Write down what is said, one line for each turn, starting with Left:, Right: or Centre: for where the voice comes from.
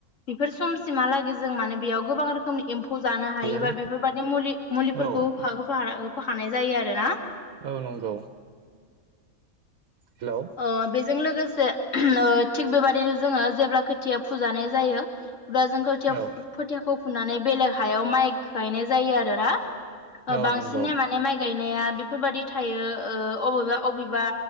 Left: बेफोर समसिमहालागै जों माने बेयाव गोबां रोखोमनि एमफ फौ जानो हायोबा
Right: गैयालै
Left: बेफोरबादि मुलि मुलिफोरखौ
Right: औ
Left: होफा होफा होफाहानाय जायो आरो ना।
Right: औ नंगौ। हेलौ
Left: अ बेजों लोगोस से नो थिग बेबादिनो जोङो जेब्ला खोथिया फुजानाय जायो अब्ला जों खोथिया
Right: औ
Left: फोथियाखौ खुननानै बेलेग हायाव माइ गायनाय जायो आरो ना। ओ
Right: औ
Left: बांसिन
Right: नंगौ
Left: ए माने माइ गायनाया बिफोरबादि थायो ओ अबेबा अबिबा